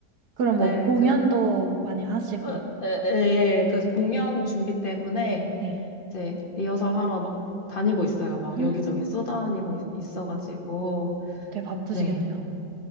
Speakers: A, on the right; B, on the left.
A: 그럼
B: 네,
A: 뭐 공연도
B: 그,
A: 많이 하시고,
B: 어, 에, 에, 예, 그 공연 준비 때문에
A: 네.
B: 이제 리허설 하러 막 다니고 있어요. 막
A: 헉,
B: 여기저기 쏘다니고 있- 있어가지고,
A: 되게 바쁘시겠네요.
B: 네.